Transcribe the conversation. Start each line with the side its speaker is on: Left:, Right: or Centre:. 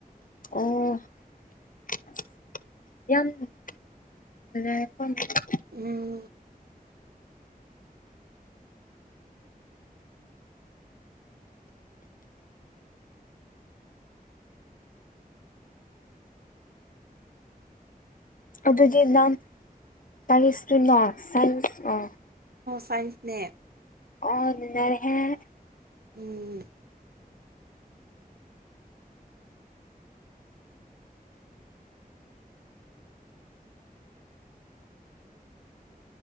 Left: <unintelligible>
Right: ꯎꯝ
Left: ꯑꯗꯨꯗꯤ ꯅꯪ ꯇꯥꯅꯤꯁꯇ꯭ꯔꯤꯝ ꯂꯥ ꯁꯥꯢꯟꯁ ꯂꯥ
Right: ꯁꯥꯏꯟꯁꯅꯦ
Left: ꯑꯣ <unintelligible>
Right: ꯎꯝ